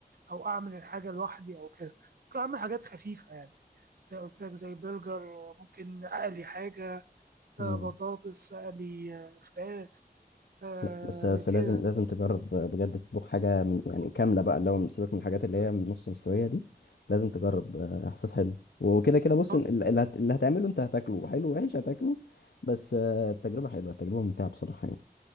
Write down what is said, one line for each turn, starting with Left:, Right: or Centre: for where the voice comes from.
Right: أو أعمل الحاجة لوحدي أو كده ممكن أعمل حاجات خفيفة يعني زي قلت لك زي برجر ممكن أقلي حاجة
Left: مم.
Right: آه، بطاطس أقلي آه، فراخ آه
Left: لا بس بس
Right: كده
Left: لازم لازم تجرب بجد تطبخ حاجه من يعني كامله بقى اللي هو سيبك من الحاجات اللي هي من نص مستويه دي لازم تجرب آه، احساس حلو وكده كده بص
Right: آه،
Left: ال- اللي هت- اللي هتعمله انت هتاكله حلو وحش هتاكله بس آه، التجربه حلوه التجربه ممتعه بصراحه يعني